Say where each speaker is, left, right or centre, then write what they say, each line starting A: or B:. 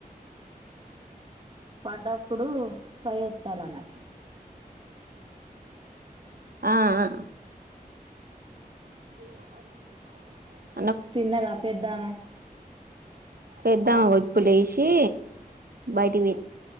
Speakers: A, on the right; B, on the right.
A: పడ్డప్పుడు ఫైఓత్తాల అనట్టు
B: ఆ ఆ <inaudible>
A: తిన్నదా పెద్దామే
B: పెద్దాం ఇప్పుడు లేసి బయటికి పోయి